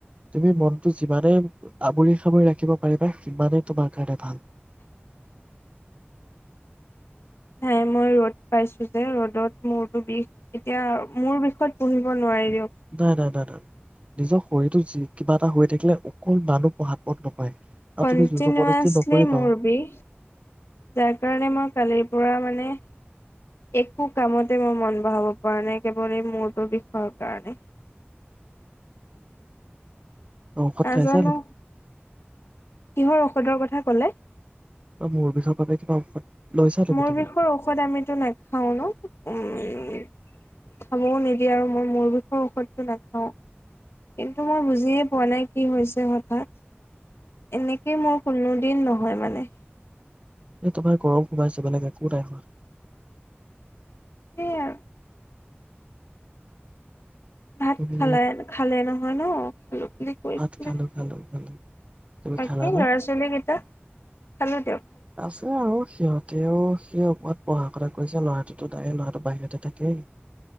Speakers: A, on the right; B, on the left.
A: তুমি মনটো যিমানেই আৱৰি সামৰি ৰাখিব পাৰিবা, সিমানেই তোমাৰ কাৰণে ভাল।
B: নাই মই ৰ'দ পাইছো যে, ৰ'দত মোৰতো বিষ এতিয়া মোৰ বিষত পঢ়িব নোৱাৰিল
A: নাই নাই নাই নাই নিজক শৰীৰটো যি কিবা এটা হৈ থাকিলে অকন মানু পঢ়াত মন নবহে, আৰু
B: কন্টিনিৱাচলি
A: তুমি জোৰ জবৰদস্তি নকৰি
B: মোৰ
A: বাও
B: বিষ যাৰ কাৰণে মই কালিৰ পৰা মানে একো কামতে মই মন বহাব পৰা নাই, কেৱল এই মূৰটো বিষয়ৰ কাৰণে।
A: তুমি ঔষদ
B: নাজানো
A: খাইছে নাই?
B: কিহৰ ঔষধৰ কথা কলে?
A: বা মূৰ বিষৰ বাবে কিবা ঔষধ লৈছা নেকি
B: মোৰ
A: তুমি
B: বিষৰ ঔষধ আমিতো নাখাও ন, উম! খাবও নিদিয়ে, আৰু মই মোৰ বিষৰ ঔষধটো নাখাও। কিন্তু মই বুজিয়ে পোৱা নাই। কি হৈছে হঠাৎ? এনেকেই মোৰ কোনো দিন নহয় মানে।
A: এই তোমাৰ গৰম সোমাইছে, বেলেগ একো নাই হোৱা।
B: তাকে <unintelligible> ভাত
A: তুমি
B: খালা <unintelligible> খালে ন'? হয় ন'? খালো বুলি কৈছিলে
A: ভাত খালোঁ-খালোঁ-খালোঁ। তুমি
B: বাকী
A: খালা ন'?
B: ল'ৰা ছোৱালী কেইটা খালো দিয়ক
A: আছে আৰু সিহঁতেও, সি <unintelligible> পঢ়া-শুনা কৰিছে! ল'ৰাটোতো, তাই ল'ৰাটো বাহিৰতে থাকেই।